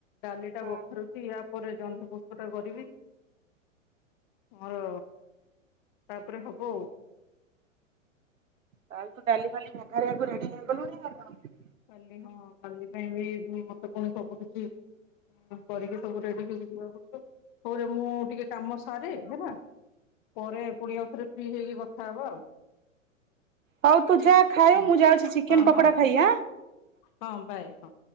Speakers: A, on the left; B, on the right.
A: ଡାଲି ଟା
B: ହଁ
A: ବଘାରୁଛି, ୟା ପରେ ଜହ୍ନି ପୋସ୍ତ ଟା କରିବି। ମୋର ତାପରେ ହବ ଆଉ।
B: ତାହେଲେ ତୁ ଡାଲି ଖାଲି ମେଘାାରଆକୁ ରେଡି ହେଇଗଲୁଣିି ନା କଣ?
A: କାଲି ହଁ କାଲି ପାଇଁ ବି ମତେ ପୁଣି ସବୁ କିଛି କରିକି ସବୁ ରେଡି ହେଇକି ଯିବାକୁ ମୁଁ ଟିକେ କାମ ସାରେ ହେଲା, ପରେ ପୁଣି ଆଉ ଥରେ ଫ୍ରି ହେଇକି କଥା ହବ ଆଉ।
B: ହଉ ତୁ ଯାହା ଖାଇ ମୁଁ
A: ହଁ
B: ଯାଉଛି ଚିକେନ
A: ହଁ
B: ପକୋଡା
A: ହଁ
B: ଖାଇ
A: ହଁ
B: ଆଁ।
A: ହଁ ବାଏ, ହଁ।